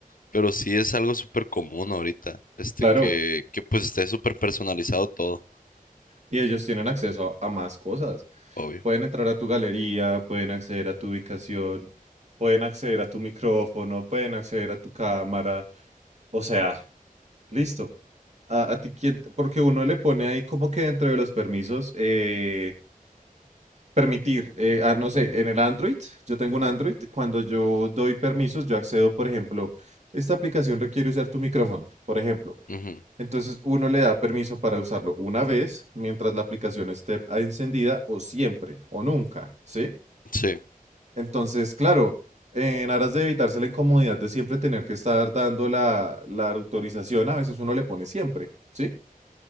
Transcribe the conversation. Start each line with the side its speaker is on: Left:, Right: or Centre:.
Left: Pero sí es algo súper común ahorita, este
Right: Claro,
Left: que, que pues esté súper personalizado todo,
Right: y ellos tienen acceso a más cosas.
Left: obvio.
Right: Pueden entrar a tu galería, pueden acceder a tu ubicación, pueden acceder a tu micrófono, pueden acceder a tu cámara. O sea, listo. A, a ti quién te- porque uno le pone ahí como que dentro de los permisos, eh, permitir, eh, ah, no sé, en el Android, yo tengo un Android, cuando yo doy permisos, yo accedo, por ejemplo, esta aplicación requiere usar tu micrófono, por ejemplo.
Left: Ujú,
Right: Entonces uno le da permiso para usarlo una vez mientras la aplicación esté encendida o siempre o nunca, ¿sí?
Left: Sí,
Right: Entonces, claro, en aras de evitarse la incomodidad de siempre tener que estar dando la, la autorización, a veces uno le pone siempre, ¿sí?